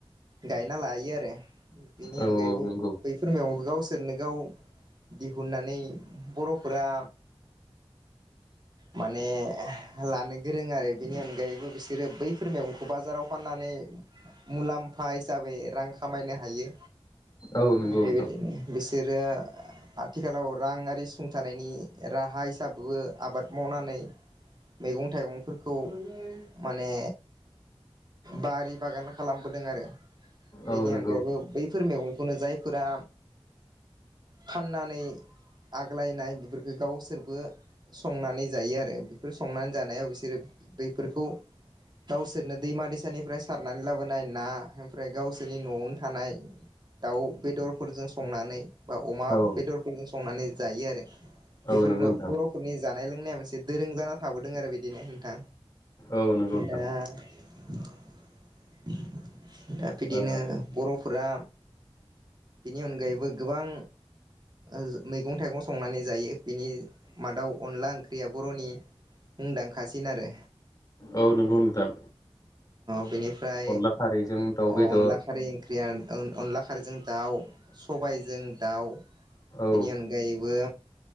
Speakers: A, on the right; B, on the left.
A: गायना लायो आरो बेनि
B: औ
A: अनगायैबो
B: नंगौ
A: बैफोर मवाव गावस सोरनो गाव दिहुननानै बर'फोरा माने लानो गोरों आरो बिनि अनगायैबो बिसोरो बैफोर मैगंखौ बाजारावब फाननानै मुलाम्फा हिसाबै रां खामायनो हायो।
B: औ नंगौ
A: बेबायदिनो
B: नोंथां
A: गोस जिरो आथिखालाव राङारि नि राहा हिसाबबो आबाद मावनानै मैगं थाइगंफोरख खौ माने। बारिफ बागान खालामबोदों आरो बेनि
B: औ नंगौ
A: अनगायैबो बैफोर मैगंखौनो जायफोरा फाननानै आग्लायनाय बेफोरखो गावसोरबो संनानै जायो आरो। फोर संनान जानायाव बिसोरो बेफोरखौ गावसोरनो दैमा दैसानिफ्राय सारनानै लाबोनाय ना ओमफ्राय गावसोरनि न'आवनो थानाय दाउ बेदरफोरजों संनानै बा अमा
B: औ
A: बेदरफोरजों सं संनानै जायो आरो बेफोरो
B: औ नंगौ नोंथां
A: बर'फोरनि जानाय लोंनाया एसे दोरों जाना थाबोदों आरो बिदिनो नोंथां
B: औ नंगौ नोंथां
A: दा <unintelligible> दा बिदिनो
B: ओ
A: बर'फोरा बिनि अनगायैबो गोबां ओ मैगं थाइगं संनानै जायो बिनि मादाव अनला ओंख्रि <unintelligible> बर'नि मुंदांखासिन आरो
B: औ नंगौ नोंथां
A: बेनिफ्राय
B: अनला खारैजों दाउ
A: अनला
B: बेदर
A: खारै ओं अन अनला खारैजों दाउ सबायजों दाउ
B: औ
A: बेनि अनगायैबो